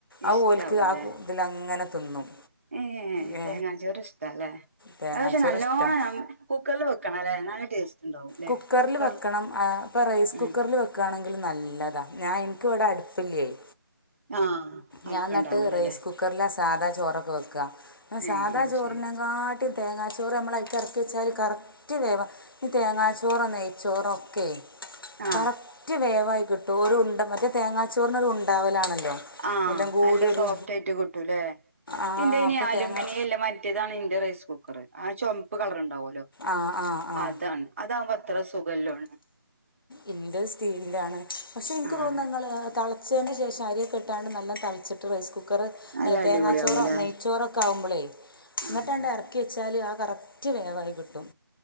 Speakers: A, on the right; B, on the left.
A: ഇഷ്ടാവൂലേ
B: അത് ഓൽക്ക് അത് ഇതിലങ്ങനെ തിന്നും
A: ഏ
B: ഏ
A: തേങ്ങാ ചോറ് ഇഷ്ടാല്ലേ
B: തേങ്ങാച്ചോറ്
A: അത് പക്ഷേ നല്ലോണം
B: ഇഷ്ടമാണ്
A: കുക്കറില് വെക്ക- വെക്കണംയില്ലേ എന്നാലെ ടേസ്റ്റ്- ഉണ്ടാവും ല്ലെ
B: കുക്കറില്
A: കുക്കർ
B: വെക്കണം ആ ഇപ്പൊ റൈസ്
A: ഉം
B: കുക്കറില് വെക്കാണെങ്കിലും നല്ലതാ ഞാൻ ഇൻക്ക് ഇവിടെ അടു ഇല്ലേയ്
A: ആഹ് അല്പണ്ടാവൂലല്ലേ
B: ഞാൻ എന്നിട്ട് റൈസ് കുക്കറില്- സാധാ ചോറൊക്കെ വെക്കുക സാധാ
A: ഏ അത്
B: ചോറിനെ
A: ശരി
B: കാട്ടി ഈ തേങ്ങാച്ചോറ് നമ്മളയ്ക്ക് എറക്കി വെച്ചാല് കറക്റ്റ് വേവാ ഈ തേങ്ങാ ചോറോ നെയ്‌ച്ചോറോ ഒക്കെ
A: ആഹ്
B: കറക്റ്റ് വേവാ- വായി കിട്ടും ഒരു ഉണ്ട മറ്റേ തേങ്ങാച്ചോറിനൊരു ഉണ്ടാവലാണല്ലോ
A: ആ
B: എല്ലാം കൂടി
A: നല്ല
B: ഒരു
A: സോഫ്റ്റ് ആയിട്ട് കിട്ടൂല്ലേ
B: ആ
A: എന്റെ ഇനി
B: അപ്പോൾ
A: അലൂമിനിയം
B: തേങ്ങാ
A: ഇല്ല മറ്റേതാണ് ഇന്റെ റൈസ് കുക്കറ് ആഹ് ചോമപ്പ് കളറുണ്ടാവല്ലോ
B: ആ ആ ആ
A: അതാണ് അതാവുമ്പോ അത്ര സുഖല്ലോന്ന്
B: എന്റെ സ്റ്റീൽലിലാണ് പക്ഷേ എനിക്ക്
A: ആഹ്
B: തോന്നുന്നു നിങ്ങള് തെള - ച്ചതിന് ശേഷം അരിയൊക്കെ ഇട്ടാണ്ട് നല്ല തെളച്ചിട്ട് റൈസ് കുക്കർ കുക്കറ്
A: നല്ല
B: തേങ്ങാച്ചോറോ
A: അടിപൊളിയാവൂലേ
B: നെയ്ച്ചോറൊക്കെ ആവുമ്പളേ എന്നിട്ടാണ്ട്
A: ആഹ്
B: എറക്കി- ച്ചാല് ആ കറക്റ്റ് വേവായിക്കിട്ടും